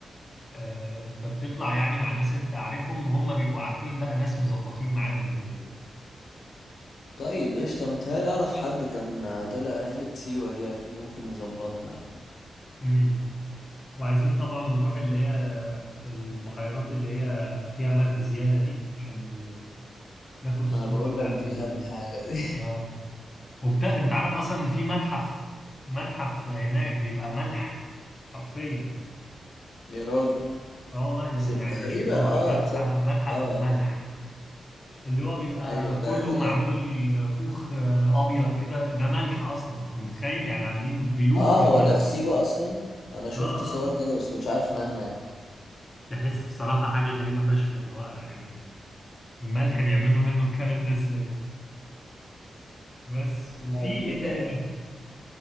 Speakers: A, on the left; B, on the left.
A: آه، فبتطلع يعني مع ناس انت عارفهم وهم بيبقوا عارفين بقى ناس مظبطين معاهم وكده
B: طيب قشطة انا متهيألي اعرف حد كان آه، طلع رحلة سيوة دي اكيد ممكن يظبطنا يعني
A: امم وعايزين طبعا نروح اللي هي البحيرات اللي هي فيها ملح زيادة دي عشان ناخد الصورة
B: ما انا بقول
A: بتاعت
B: لك دي
A: ال
B: اهم حاجة دي
A: اه وبت... انت عارف اصلا ان في متحف متحف هناك بيبقى ملح حرفيا
B: <laughs> يا راجل
A: اه والله ده
B: سم-
A: يعني
B: تقريبا
A: مش هزار
B: اه
A: متحف
B: تصدق
A: متحف
B: اه آه.
A: ملح اللي هو بيبقى
B: ايوه ده
A: كله
B: هيبقى جامد
A: معمول كوخ آه، ابيض كده ده ملح اصلا انت متخيل يعني عاملين بيوت
B: اه
A: من
B: هو
A: ملح
B: ده في سيوة اصلا انا شفت
A: اه اه
B: صور كده بس مش عارف انها هناك
A: تحس بصراحة حاجة غريبة فشخ اللي هو يعني الملح بيعملوا منه الكلام ده ازاي بس وفي
B: آه، دي
A: ايه
B: تبقى
A: تاني